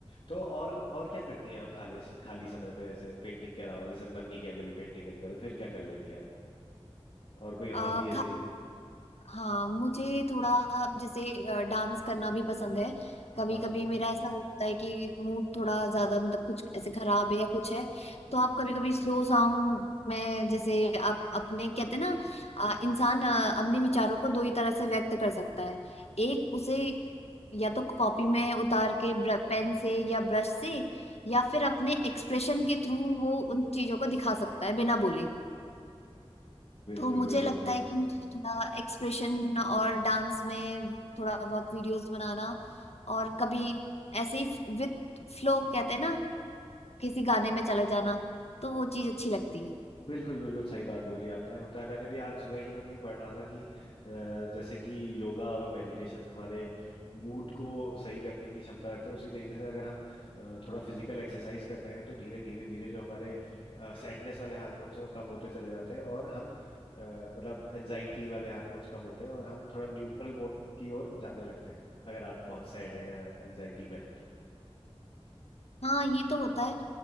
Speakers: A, on the left; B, on the left.
A: तो और और क्या करती हैं आप खाली खाली समय पे ऐसे पेंटिंग के अलावा जैसे मन नहीं किया कभी पेंटिंग करने का तो फिर क्या कर लेती हैं आप और कोई
B: अ,
A: हॉबी ऐसी
B: हाँ मुझे थोड़ा जैसे डांस करना भी पसंद है कभी
A: हाँ
B: कभी मेरा ऐसा होता है कि मूड थोड़ा ज्यादा मतलब कुछ ऐसे खराब है या कुछ है तो आप कभी कभी स्लो सॉन्ग में जैसे आप अपने कहते हैं ना अ, इंसान अ, अपने विचारों को दो ही तरह से व्यक्त कर सकता है एक उसे या तो कॉपी में उतार के पेन से या ब्रश से या फिर अपने एक्सप्रेशन के थ्रू वो उन चीजों को दिखा सकता है बिना बोले
A: बिल्कुल
B: तो मुझे
A: बिल्कुल
B: लगता
A: बिल्कुल
B: है कि मुझे थोड़ा एक्सप्रेशन और डांस में थोड़ा बहुत वीडियोस बनाना और कभी ऐसे ही विद फ्लो कहते हैं ना किसी गाने में चले जाना तो वो चीज अच्छी लगती है
A: बिल्कुल बिल्कुल सही बात बोली आपने होता है मैंने भी आज सुबह ही मैं कहीं पढ़ रहा था कि अ, जैसे कि योगा और मेडिटेशन हमारे मूड को सही करने की क्षमता रखते हैं उसी तरीके से अगर हम अ, थोड़ा फिजिकल एक्सरसाइज कर रहे हैं तो धीरे धीरे धीरे जो हमारे सैडनेस वाले हार्मोन्स हैं वो कम होते चले जाते हैं और हम अ, मतलब एनजाइटी वाले हार्मोन्स कम होते हैं और हम थोड़ा न्यूट्रल मोड की ओर जाने लगते हैं अगर आप बहुत सैड है या एनजाइटी में है तो
B: हाँ ये तो होता है